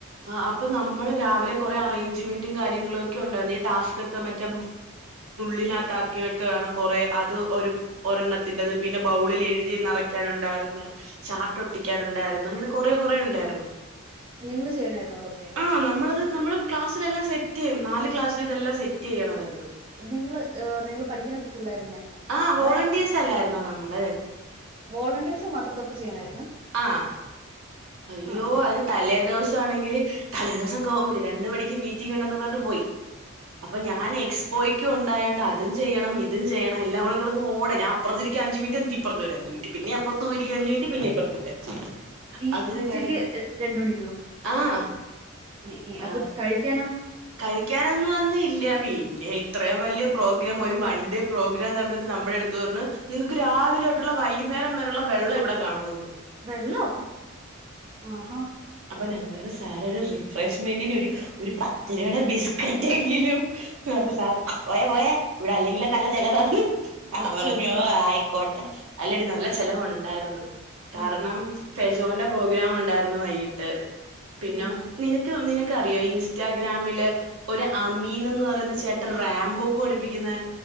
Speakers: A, on the right; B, on the right.
A: അപ്പൊ നമ്മൾ രാവിലെ കുറേ അറേഞ്ച്മെന്റും കാര്യങ്ങളും ഒക്കെ ഉണ്ടായിരുന്നു ഈ ടാസ്ക്ഒക്കെ മറ്റേ ളിൽ ആക്കിക്കക്കെ വേണം കുറ അത് ഒരെണ്ണത്തിത് പിന്നെ ബൗ എഴുതി നിറയ്‌ <inaudible> ക്കാനുണ്ടായിന്ന് ചാർട്ട് ഒട്ടിക്കാന ഉണ്ടായിരുന്നു അങ്ങനെ കൊറേ കൊറേ ഉണ്ടായിരുന്നു
B: നിങ്ങള്ൾ ചെയ്യണമായിരുന്നു അതൊക്കെ
A: ആഹ് നമ്മളത് നമ്മള് ക്ലാസിലല്ല സെ ചെയ്യണം നല് ക്ലാസ്സൽ ഇതൊം സെ ചെയ്യണമായിരുന്നു
B: നിങ്ങള് നിങ്ങള്ൾ പഠിക്കുന്ന പിള്ളേരന്നെ
A: ആഹ്
B: അതായത്
A: വോളണ്ടിയേഴ്സ് അല്ലായിരുന്നോ നമ്മള്
B: വോളണ്ടിയേഴ്സ് മാത്രതൊക്കെ ചെയ്യണായിരുന്നു
A: ആഹ അയ്യോ
B: ആ ആ
A: അതിന് തലേ ദിവസം ആണെങ്കില് തലേ ദിവസം കോവ മേടി രണ്ടു മണിക്ക് മീറ്റിംഗ ഉണ്ടന്ന് പറഞ്ഞ് പോയി അപ്പൊ ഞാൻ എക്സ്പോയ്ക്കും ഉണ്ടായോണ്ട് അതും ചെയ്യണം ഇതും ചെയ്യണം എല്ലാം കൂടെ കടന്ന് ഓട ഞാൻ അപ്പർത്തി അഞ്ച് മിനിറ്റ് ഇപ്പുറ ഒരു അഞ് മിനിറ്റ് പിെ അപ്പറത്തുംരിക്കക്ക് അഞ്ച് മിനിറ്റ് പിന്നെ ഇുറത്തെ ഒരു അഞ്ച് മിനറ്റ്
B: ഈ
A: അങ്ങനെ
B: ഉച്ചക്ക്
A: കേടന്ന്
B: രണ്ട് മണിക്കോ
A: ആഹ
B: ഏ, ഏ, അപ്പൊ
A: ആഹ
B: കഴിക്കാനോ
A: കഴിക്കാനൊന്നും വന്ന ഇല്ല പിന്നെ ഇത്രയും വലിയ പ്രോഗ്രാം ഒരു വൺ ഡേ പ്രോഗ്രാം നടന്നിട്ട് നമ്മുടെ അടുത്ത് പറഞ് നിങ്ങൾക്ക് രാവിലെ തോട്ടുള്ള വൈകുന്ന നേരം വേലുള്ള വെള്ളം ഇവിടെ കാണുന്ന്‌
B: വെള്ളോ ആഹഹോ
A: അപ്പൊ ഞാൻ പറഞ്ഞ സാർ ഒരു റിഫ്രഷ്മെന്റിന് ഒരു ഒരു പത്ത് രൂയുടെ ബിസ് കറ്റെങ്കിലും അപ്പൊ സാർ പോയ പോയ ഇവിടെ അല്ലെങ്കിലും നല്ല ചിലവ ആ
B: ഏ
A: പറഞ്ഞോ
B: ഏ, കൊള്ളാം
A: ആയിക്കോട്ടെ അല്ലടി നല്ല ചെിലവുണ്ടായിന്ന് കാരണം
B: ഉം
A: ജോന്റെ പ്രോഗ്രാം ഉണ്ടായിരുന്നു വൈകിട്ട്
B: ഉം
A: പിന്ന നിന നിനക്ക അറിയോ ഇൻസ്റ്റാഗ്രാമില് ഒരു അമീൻ എന്ന് പറയുന്ന ചേട്ട റാംമ്പോക്ക് പഠിപ്പിക്കുന്ന